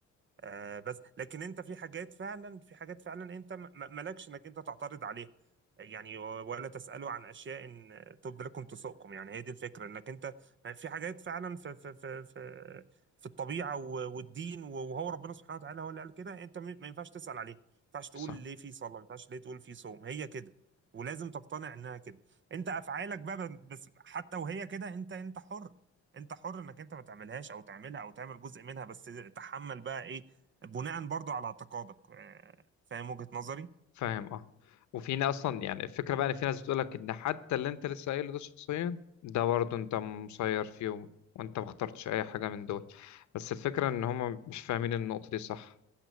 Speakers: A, on the right; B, on the left.
A: آه بس لكن انت في حاجات فعلا في حاجات فعلا انت م- م- مالكش انك انت تعترض عليها يعني و- ولا تسأله عن اشياء ان تبدو لكم تسؤكم يعني هي دي الفكرة انك انت في حاجات فعلا في في في في, في الطبيعة و- والدين وهو ربنا سبحانه وتعالى هو اللي قال كده انت م- ما ينفعش تسأل عليها ما ينفعش تقول
B: صح
A: ليه في صلاة ما ينفعش ليه تقول في صوم هي كده ولازم تقتنع انها كده انت افعالك بقى ب- بس حتى وهي كده انت انت حر انت حر انك انت ما تعملهاش او تعملها او تعمل جزء منها بس تحمل بقى ايه بناء برضو على اعتقادك آه، فاهم وجهة نظري
B: فاهم اه وفي ناس اصلا يعني الفكره بقى ان في ناس بتقولك ان حتى اللي انت لسه قايله ده شخصيا ده برضه انت مسير فيهم وانت ما اخترتش اي حاجه من دول بس الفكره ان هم مش فاهمين النقطه دي صح